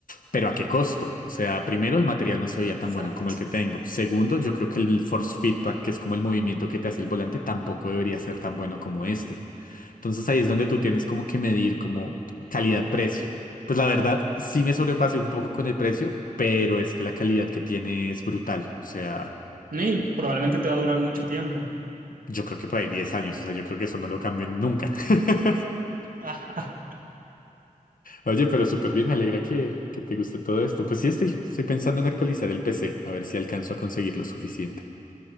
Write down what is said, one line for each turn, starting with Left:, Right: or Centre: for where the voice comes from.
Left: pero ¿a qué costo? O sea, primero el material no se veía tan
Right: Exacto.
Left: bueno como el que tengo. Segundo, yo creo que el force feedback, que es como el movimiento que te hace el volante, tampoco debería ser tan bueno como este. Entonces ahí es donde tú tienes como que medir como calidad-precio. Pues la verdad, sí me sobrepasé un poco con el precio, pero es que la calidad que tiene es brutal. O sea,
Right: No, Y probablemente te va a durar mucho tiempo.
Left: yo creo que por ahí 10 años, o sea, yo creo que eso no lo cambio nunca. <laughs>
Right: <laughs>
Left: Oye, pero súper bien, me alegra que, que te guste todo esto. Pues sí, estoy, estoy pensando en actualizar el PC, a ver si alcanzo a conseguir lo suficiente.